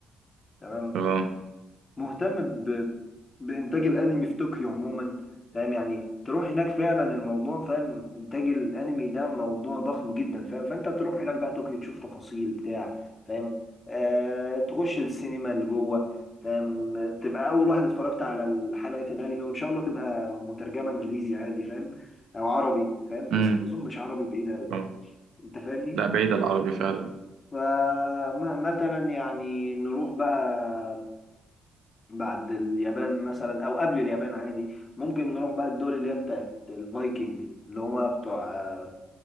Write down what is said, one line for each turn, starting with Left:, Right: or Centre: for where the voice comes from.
Left: تمام
Right: أه
Left: مهتم ب... بإنتاج الأنمي في طوكيو عموما فاهم يعني تروح هناك فعلا الموضوع فاهم إنتاج الأنمي ده موضوع ضخم جدا فاهم فأنت تروح هناك بقى طوكيو تشوف تفاصيل بتاع فاهم آه... تخش السينما اللي جوه فاهم تبقى أول واحد اتفرجت على حلقة الأنمي وإن شاء الله تبقى مترجمة إنجليزي عادي فاهم أو عربي فاهم
Right: أمم،
Left: بس أظن مش عربي بعيد أوي
Right: أه
Left: أنت فاهمني؟
Right: لا بعيد العربي فعلا
Left: فمثلا يعني نروح بقى بعد اليابان مثلا او قبل اليابان عادي ممكن نروح بقى الدول اللي هي بتاعت الفايكنج اللي هما بتوع آه،